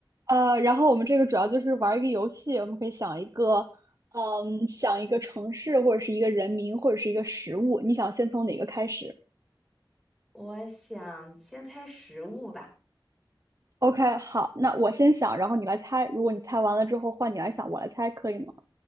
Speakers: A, on the right (about 40°); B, in the centre.
A: 呃，然后我们这个主要就是玩一个游戏，我们可以想一个，嗯，想一个城市或者是一个人名或者是一个食物，你想先从哪个开始
B: 我想先猜食物吧，
A: ？OK，好，那我先想，然后你来猜。如果你猜完了之后，换你来想，我来猜，可以吗？